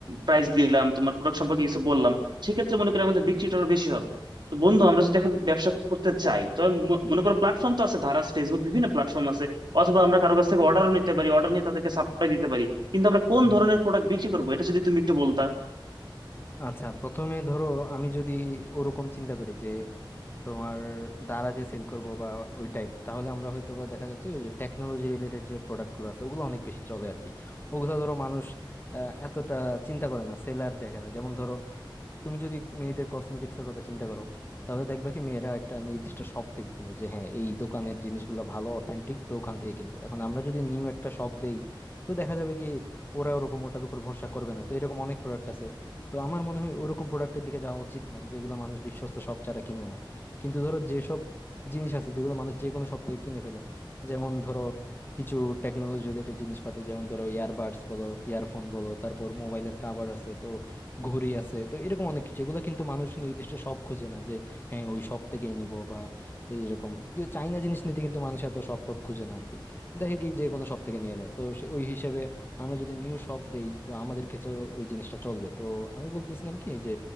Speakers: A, on the right (about 60°); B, on the left (about 25°).
A: প্রাইস দিলাম তোমার প্রোডাক্ট সম্পর্কে কিছু বললাম সেক্ষেত্রে মনে করি আমাদের বিক্রিটা আরো বেশি হবে তো বন্ধু আমরা যদি এখন ব্যবসা করতে চাই তো আমি ম- মনে করো প্ল্যাটফর্ম তো আছে ধারাস ফেসবুক বিভিন্ন প্ল্যাটফর্ম আছে অথবা আমরা কারো কাছ থেকে অর্ডারও নিতে পারি অর্ডার নিয়ে তাদেরকে সাপ্লাই দিতে পারি কিন্তু আমরা কোন
B: হুম,
A: ধরনের
B: হুম।
A: প্রোডাক্ট বিক্রি করবো এটা যদি তুমি একটু বলতা
B: আচ্ছা প্রথমে ধরো আমি যদি ওরকম চিন্তা করি যে তোমার দ্বারা যে সেল করব বা ওই টাইপ তাহলে আমরা হয়তো বা দেখা যাচ্ছে ওই যে টেকনোলজি রিলেটেড যে প্রোডাক্টগুলো আছে ওগুলো অনেক বেশি চলে আর কি ওগুলো ধরো মানুষ আহ, এতটা চিন্তা করে না সেলার দেখে না যেমন ধরো তুমি যদি মেয়েদের কসমেটিক্স এর কথা চিন্তা করো তাহলে দেখবা কি মেয়েরা একটা নির্দিষ্ট শপ থেকে কিনে যে হ্যাঁ এই দোকানের জিনিসগুলো ভালো অথেন্টিক তো ওখান থেকে কিনবো এখন আমরা যদি নিউ একটা শপ দেই তো দেখা যাবে কি ওরা ওরকম ওটার উপর ভরসা করবে না তো এরকম অনেক প্রোডাক্ট আছে তো আমার মনে হয় ওরকম প্রোডাক্টের দিকে যাওয়া উচিত না যেগুলো মানুষ বিশ্বস্ত শপ ছাড়া কিনে না কিন্তু ধরো যেসব জিনিস আছে যেগুলো মানুষ যে কোনো শপ থেকে কিনে ফেলে যেমন ধরো কিছু টেকনোলজি রিলেটেড জিনিসপাতি যেমন ধরো ইয়ারবাডস বলো ইয়ারফোন বলো তারপর মোবাইলের কাভার আছে তো ঘড়ি আছে তো এরকম অনেক কিছু এগুলো কিন্তু মানুষ নির্দিষ্ট শপ খুঁজে না যে হ্যাঁ ওই শপ থেকেই নিব বা এইরকম যে চাইনা জিনিস নিতে কিন্তু মানুষ এত শপ টপ খুঁজে না আর কি দেখে কি যে কোনো শপ থেকে নিয়ে নেয় তো সে- ওই হিসেবে আমরা যদি নিউ শপ দেই তো আমাদের কাছে ওই জিনিসটা চলবে তো আমি বলতেছিলাম কি যে